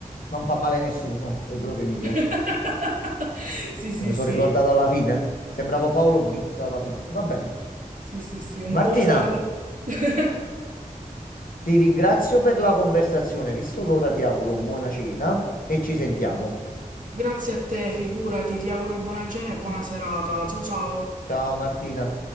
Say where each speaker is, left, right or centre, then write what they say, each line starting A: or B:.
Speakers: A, on the left; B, on the right.
A: Non fa male nessuno, errore mio.
B: <laughs> Sì, sì,
A: Me ne sono
B: sì,
A: ricordato alla fine. Sembravo Paolo Bitta alla fine. Va bene.
B: sì, sì, sì, un
A: Martina,
B: po' sadico. <laughs>
A: ti ringrazio per la conversazione. Visto l'ora, ti auguro buona cena e ci sentiamo.
B: Grazie a te, figurati, ti auguro buona cena e buona serata, ciao ciao!
A: Ciao Martina.